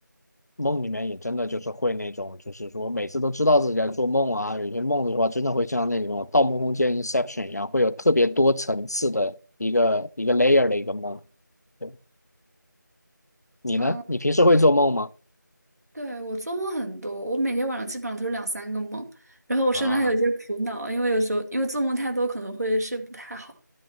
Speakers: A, on the left (about 55°); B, on the right (about 55°).
A: 梦里面也真的就是会那种，就是说每次都知道自己在做梦啊，有些梦的话真的会像那种《盗梦空间》Inception 一样，会有特别多层次的一个一个 layer 的一个梦。对，你呢？
B: 嗯，
A: 你平时会做梦吗？
B: 对，我做梦很多，我每天晚上基本上都是两三个梦，然后我甚至还有一些苦恼，
A: 啊，
B: 因为有时候因为做梦太多可能会睡不太好。